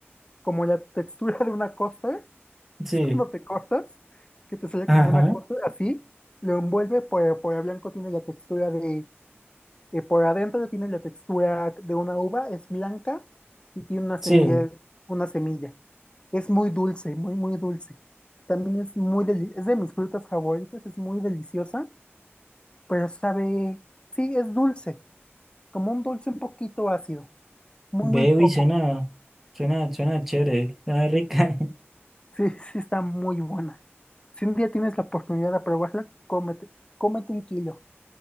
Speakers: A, on the left (about 25°); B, in the centre.
A: como la textura de una costa <laughs>
B: Sí,
A: Es cuando te cortas, que te sale
B: ajá,
A: como una corte así, lo envuelve por, por blanco, tiene la textura de, eh, por adentro tiene la textura de una uva, es blanca y tiene una semilla,
B: sí.
A: una semilla. Es muy dulce, muy, muy dulce. También es muy, deli- es de mis frutas favoritas, es muy deliciosa, pero sabe, sí, es dulce, como un dulce un poquito ácido, muy,
B: Ve,
A: muy poco.
B: uy, suena, suena, suena chévere, suena rica.
A: Sí, <laughs> sí, está muy buena. Si un día tienes la oportunidad de probarla, cómete, cómete un kilo.